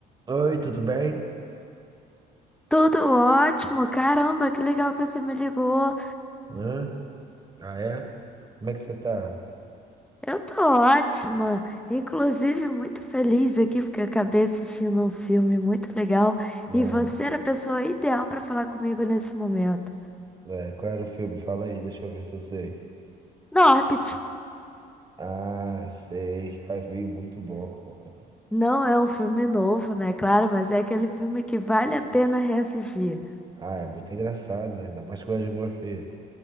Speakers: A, on the right (about 25°); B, in the centre.
A: Oi, tudo bem?
B: Tudo ótimo, caramba, que legal que você me ligou.
A: Né? Ah, é? Como é que você tá?
B: Eu tô ótima, inclusive muito feliz aqui porque eu acabei assistindo um filme muito legal
A: Não.
B: e você era a pessoa ideal pra falar comigo nesse momento.
A: É, qual era o filme? Fala aí, deixa eu ver se eu sei.
B: Norbit
A: Ah, sei, já vi, muito bom. <laughs>
B: não é um filme novo, né? Claro, mas é aquele filme que vale a pena reassistir.
A: Ah, é muito engraçado, né? Ainda mais que o Ed Murphy